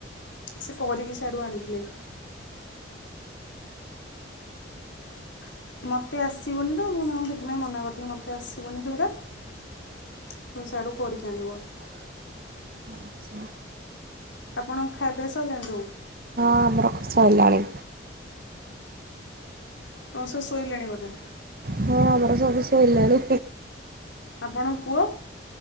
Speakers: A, on the left (about 80°); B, on the right (about 50°).
A: ସେ କରିକି ସେଆଡୁ ଆଣିଥିଲେ <inaudible> ମତେ ଆସିବନି ତ ମୁଁ ନାଁ ସେଥିପାଇଁ ମନା କରିଥିଲି ମତେ ଆସିବନି ସେଗୁଡା ହ ସେୟାଡୁ କରିିକି ଆଣିବ
B: ଆଚ୍ଛା।
A: ଆପଣ ଖାଏପିଆ ସଇଲାନ୍ତୁ
B: ହଁ ଆମର ଖସ ହେଲାଣି
A: ତ ସ ସୋଇ ଲେଣି ବଧେ
B: ହଁ ଆମର ସବୁ ଶୋଇଲନି
A: ଆପଣ ପୁଅ